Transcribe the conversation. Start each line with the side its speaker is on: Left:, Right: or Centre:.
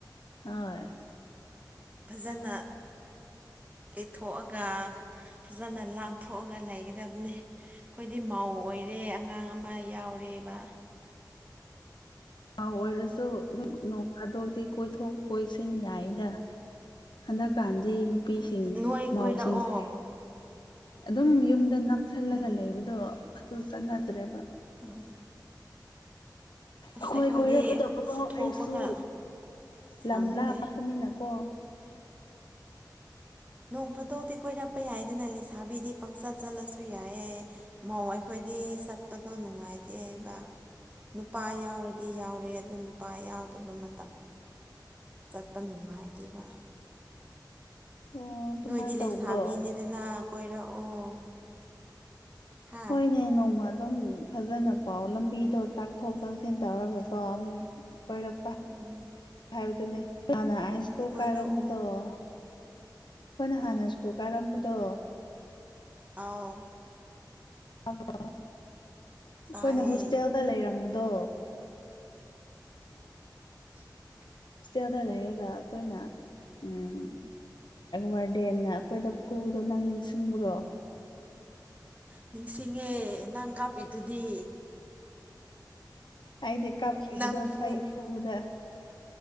Left: ꯍ
Right: ꯐꯖꯅ ꯀꯩꯊꯣꯛꯑꯒ ꯐꯖꯅ ꯂꯥꯡꯊꯣꯛꯑꯒ ꯂꯩꯒꯗꯕꯅꯤ ꯑꯩꯈꯣꯏꯗꯤ ꯃꯧ ꯑꯣꯏꯔꯦ ꯑꯉꯥꯡ ꯑꯃ ꯌꯥꯎꯔꯦꯕ
Left: ꯑ ꯑꯣꯏꯔꯁꯨ ꯊꯥꯗꯣꯛꯇꯤ ꯀꯣꯏꯊꯣꯛ ꯀꯣꯏꯁꯤꯟ ꯌꯥꯏꯗ ꯍꯟꯗꯛꯀꯥꯟꯗꯤ ꯅꯨꯄꯤꯁꯤꯡ
Right: ꯅꯣꯏ
Left: ꯃꯥꯎꯁꯤꯡꯁꯦ
Right: ꯀꯣꯏꯔꯛꯑꯣ
Left: ꯑꯗꯨꯝ ꯌꯨꯝꯗ ꯅꯝꯁꯤꯜꯂꯒ
Right: ꯎꯝ
Left: ꯂꯩꯕꯗꯣ ꯑꯗꯨ ꯆꯠꯅꯗ꯭ꯔꯦꯕ
Right: ꯎꯝ ꯑꯁ
Left: ꯑꯩꯈꯣꯏ
Right: ꯑꯩꯈꯣꯏꯗꯤ
Left: ꯀꯣꯏꯔꯛꯀꯗꯕꯗꯣ
Right: ꯆꯠꯊꯣꯛꯄꯒ
Left: ꯑꯩꯁꯨ
Right: ꯁꯪꯗꯦ
Left: ꯂꯝ ꯂꯥꯞꯄꯅꯤꯅꯀꯣ
Right: ꯅꯣꯡ ꯐꯥꯗꯧꯗꯤ ꯀꯣꯏꯔꯛꯄ ꯌꯥꯏꯗꯅ ꯂꯩꯁꯥꯕꯤꯗꯤ ꯄꯪꯆꯠ ꯆꯠꯂꯁꯨ ꯌꯥꯏꯌꯦꯦ ꯃꯧ ꯑꯩꯈꯣꯏꯗꯤ ꯆꯠꯄꯗꯣ ꯅꯨꯡꯉꯥꯏꯇꯦꯕ ꯅꯨꯄꯥ ꯌꯥꯎꯔꯗꯤ ꯌꯥꯎꯔꯦ ꯑꯗꯨꯗ ꯅꯨꯄꯥ ꯌꯥꯎꯗꯕ ꯃꯇꯝ ꯆꯠꯄ ꯅꯨꯡꯉꯥꯏꯇꯦꯕ
Left: ꯑꯣ ꯑꯗꯨꯃꯥꯏꯅ
Right: ꯅꯣꯏꯗꯤ ꯂꯩꯁꯥꯝꯕꯤꯅꯦꯗꯅ
Left: ꯇꯧꯕ꯭ꯔꯣ
Right: ꯀꯣꯏꯔꯛꯑꯣ ꯍꯥ
Left: ꯍꯣꯏꯅꯦ ꯅꯣꯡꯃ ꯑꯗꯨꯝ ꯐꯖꯅ ꯄꯥꯎ ꯂꯝꯕꯤꯗꯣ ꯇꯥꯛꯊꯣꯛ ꯇꯥꯁꯤꯟ ꯇꯧꯔꯒꯀꯣ ꯑꯃꯨꯛ ꯀꯣꯏꯔꯛꯄ
Right: ꯎꯝ
Left: ꯍꯥꯏꯕꯗꯨꯅꯦ ꯍꯥꯟꯅ
Right: ꯎꯝ
Left: ꯑꯩ ꯁꯀꯨꯜ
Right: ꯀꯣꯏꯔꯛꯑꯣ
Left: ꯀꯥꯔꯝꯕꯗꯣ ꯑꯩꯈꯣꯏꯅ ꯍꯥꯟꯅ
Right: ꯎꯝ
Left: ꯁ꯭ꯀꯨꯜ ꯀꯔꯛꯄꯗꯣ
Right: ꯑꯥꯎ
Left: ꯑꯕ <unintelligible> ꯑꯩꯈꯣꯏꯅ
Right: ꯇꯥꯏꯌꯦ
Left: ꯍꯣꯁꯇꯦꯜꯗ ꯂꯩꯔꯝꯕꯗꯣ
Right: <inaudible>
Left: ꯍꯣꯁꯇꯦꯜꯗ ꯂꯩꯔꯒ ꯑꯩꯈꯣꯏꯅ ꯎꯝ ꯋꯥꯔꯗꯦꯟꯅ ꯑꯩꯈꯣꯏꯗ ꯐꯨꯗꯣ ꯅꯪ ꯅꯤꯡꯁꯤꯡꯕ꯭ꯔꯣ
Right: ꯅꯤꯡꯁꯤꯡꯉꯦ ꯅꯪ ꯀꯥꯞꯄꯤꯗꯨꯗꯤ
Left: ꯑꯩꯗꯤ ꯀꯥꯞꯈꯤꯕꯗꯣ
Right: ꯅꯪꯄꯨ
Left: ꯆꯍꯤ ꯄꯨꯨꯕꯗ